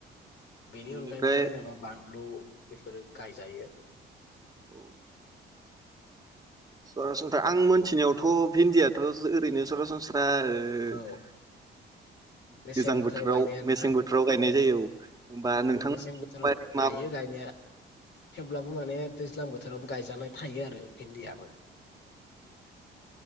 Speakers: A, on the left; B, on the right.
A: बेनि
B: बेनिफ्राय
A: अनगायैबो जेनेबा बानलु बेफोरो गायजायो ।
B: औ सरासनस्रा आं मोनथिनायावथ' भिन्दियाथ' ओरैनो सरासनस्रा <unintelligible>
A: औ मेसें
B: गोजां बोथोराव
A: गायनाय आरो
B: मेसें
A: ना
B: बोथोराव गायनाय
A: औ
B: जायो होमबा
A: औ
B: नोंथांमोन
A: मेसें
B: <unintelligible>
A: बोथोराव गायो गायनाया थेवब्लाबो माने दैज्लां बोथोरावबो गायजानाय थायो आरो भिन्दियाबो ।